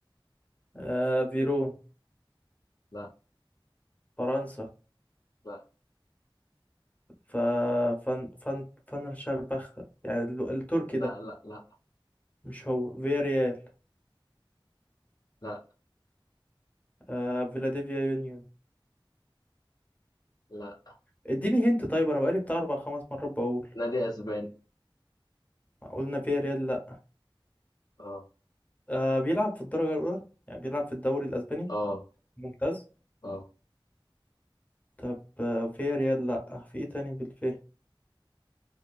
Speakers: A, on the left; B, on the left.
A: آه فيرون
B: لا
A: فرنسا
B: لا
A: ف فن فن فن شربختة يعني ال- التركي
B: لا
A: ده
B: لا لا
A: مش هو فياريال
B: لا
A: آه فيلاديفيا يونيون
B: لا
A: اديني هنت طيب انا بقالي بتاع اربع خمس مرات بقول
B: نادي اسباني
A: قلنا فياريال لا
B: اه
A: آه بيلعب في الدرجة الاولى يعني بيلعب في الدوري الاسباني
B: اه
A: ممتاز
B: اه
A: طب آه فياريال لا آه، في ايه تاني بالفيه